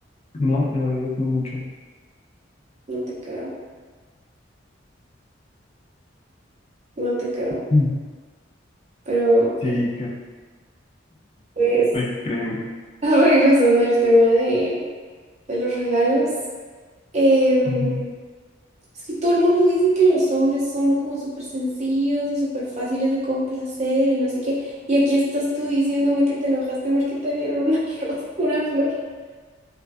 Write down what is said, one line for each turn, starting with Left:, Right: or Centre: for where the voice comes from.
Left: no, la verdad no mucho.
Right: no te creo, no te creo.
Left: Mm.
Right: Pero ok,
Left: Sí, Kat,
Right: pues
Left: eh, créeme.
Right: <laughs> regresando al tema de, de los regalos. em,
Left: Ujú.
Right: Es que todo el mundo dice que los hombres son como súper sencillos y súper fáciles de complacer y no sé qué. Y aquí estás tú diciéndome que te enojaste porque te dieron una <laughs> rosa, una flor.